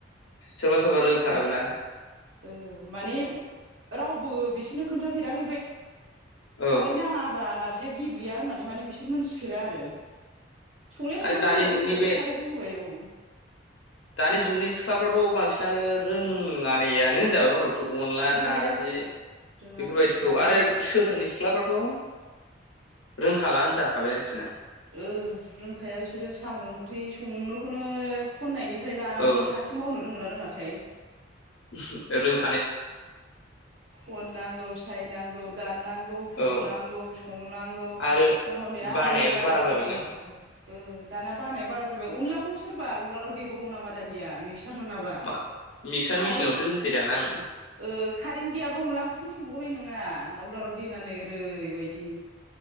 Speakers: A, on the left; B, on the right.
A: सोरबा सोरबा रोंथाराबो ना
B: ओ माने रावबो बिसोरनो खोन्थाफेरा खारै
A: औ
B: नाङाबा नार्जिया गेब्लिया होननानै माने बिसोर मोनथिफेरा आरो संनाया
A: आरो
B: संबाय
A: दानि
B: होबाय
A: जुगनि
B: होनायाथ'
A: बे
B: खारैखौ होबाय औ
A: दानि जुगनि सिख्लाफ्राथ' बांसिनानो रोंयानैआ नो होनजाबाय मथा
B: ए
A: मथि अनला
B: गैया
A: नारजि
B: रोङा
A: बेफोरबायदिखौ
B: दानिया
A: आरो सोहोरनि सिख्लाफ्रा थ' रोंखाला होनजाखाबाय आरोखिना
B: ओ रोंखाया बिसोरो साम' ओंख्रि संनोखौनो खन्नायनिफ्राय लानानै
A: औ
B: हा हारसिं मावनो रोंगोनना रोङाथाय
A: <unintelligible>
B: खन नांगौ साय नांगौ दाननांगौ गौ हुनांगौ
A: औ
B: संनांगौ
A: आरो
B: मथा मथि आधा
A: बानायाबो
B: बेला
A: बारा जाबायना
B: टाइम नांखागौ ओ दाना बानाया बारा जाबाय अनलाखौनो सोरबा उलाराव देबावो नामा दानिया मिक्सार नङाबा
A: मा मिक्सार
B: कारेन्ट
A: मेसिनावसो होसै दान ओं
B: ओ खारेन्ट गैयाबा अनला ओंख्रिखौनो संबावनाय नङा उलाराव देनानै ओरैबायदि